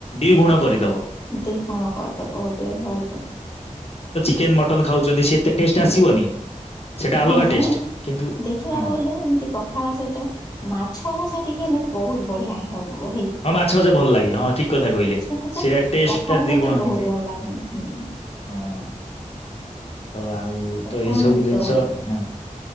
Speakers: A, on the left; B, on the left.
A: ଗୁଣ କରିଦବ
B: ଦିଗୁଣା କରିଦେବ <inaudible>
A: ଚିକେନ୍ ମଟନ୍ ଖାଉଛନ୍ତି ସେ ଏତେ ଟେଷ୍ଟ ଆସିବନି ସେଟା
B: ହଁ
A: ଅଲଗା
B: ମାନେ
A: ଟେଷ୍ଟ କିନ୍ତୁ
B: ଦେଖିବାକୁ
A: ହଁ
B: ଗଲେ ଏମତି ପଖାଳ ସହିତ ମାଛ ଭଜା ଟିକେ ହେଲେ ବହୁତ ବଢିଆ ହିଁ ହବ।
A: ହଁ ମାଛ ଭଜା ଭଲ ଲାଗେ, ହଁ ଠିକ କଥା କହିଲେ
B: ଭଜା
A: ସେଟା ଟେଷ୍ଟ
B: ପଖାଳ
A: ଟା ଦିଗୁଣ
B: ସହିତ ବହୁତ
A: ହେଇଯାଏ
B: ଭଲ ଲାଗେ ହୁଁ
A: <inaudible> ହଁ ତ ଆଉ ତ ଏଇ
B: କୁହନ୍ତୁ
A: ସବୁ ଜିନିଷ ହଁ